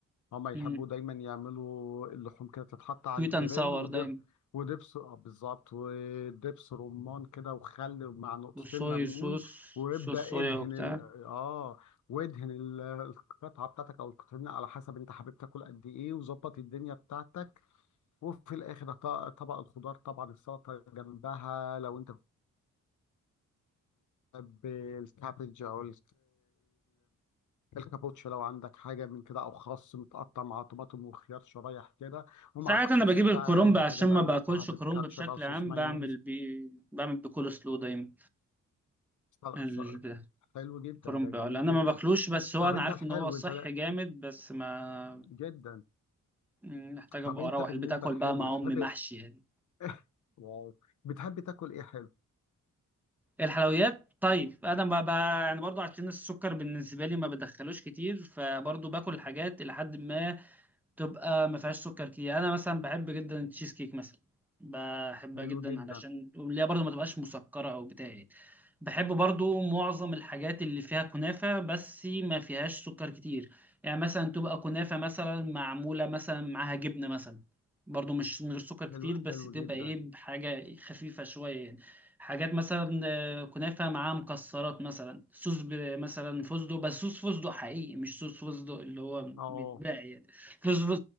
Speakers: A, on the left; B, in the centre.
A: هما يحبوا
B: امم
A: دايما يعملوا اللحوم كده تتحط على
B: سويت
A: الجريل
B: اند ساور
A: ودب
B: دايما
A: ودبس آه، بالظبط ودبس رمان كده وخل مع نقطتين
B: والصويا
A: ليمون
B: صوص
A: وابدأ
B: صوص صويا
A: ادهن
B: وبتاع
A: ال... اه وادهن ال- القطعة بتاعتك او القطعين على حسب انت حابب تاكل قد ايه وظبط الدنيا بتاعتك وفي الاخر ط- طبق الخضار طبعا السلطة جنبها لو انت بتحب الكابج او الكابوتشا لو عندك حاجة من كده أو خس متقطع مع طماطم وخيار شرايح كده ومعاك
B: ساعات
A: صوص
B: انا بجيب
A: بقى
B: الكرنب
A: أي
B: عشان
A: حاجة بقى
B: ما باكلش
A: لو أنت حابب
B: كرنب
A: كاتشب
B: بشكل
A: أو صوص
B: عام
A: مايونيز
B: بعمل بيه بعمل بيه كول سلو دايما
A: ص-
B: ال-
A: ص- حلو جدا
B: الكرنب
A: ده جميل
B: ولا انا
A: جدا
B: ما باكلوش بس هو
A: طب
B: انا
A: أنت
B: عارف
A: الحلو
B: ان هو صحي
A: أنت لا-
B: جامد بس ما
A: جدا
B: محتاج ابقى
A: طب أنت
B: اروح
A: بالنسبة
B: البيت اكل
A: للحلو
B: بقى مع
A: بتحب
B: امي محشي يعني
A: <laughs> واو بتحب تاكل إيه حلو
B: الحلويات طيب انا ما ب... يعني برضو عشان السكر بالنسبه لي ما بدخلوش كتير فبرضو باكل الحاجات الى حد ما تبقى ما فيهاش سكر كتير يعني انا مثلا بحب جدا التشيز كيك مثلا بحبها
A: حلو
B: جدا
A: جدا
B: علشان اللي هي برضو ما تبقاش مسكره او بتاع يعني بحب برضو معظم الحاجات اللي فيها كنافه بس ما فيهاش سكر كتير يعني مثلا تبقى كنافه مثلا معموله مثلا معاها جبنه مثلا برضو مش من غير سكر كتير
A: حلو
B: بس
A: حلو
B: تبقى
A: جدا
B: ايه بحاجه خفيفه شويه يعني حاجات مثلا آه، كنافه معاها مكسرات مثلا صوص ب- مثلا فستق بس صوص فستق حقيقي مش صوص فستق اللي هو
A: أه
B: بيتباع يعني فستق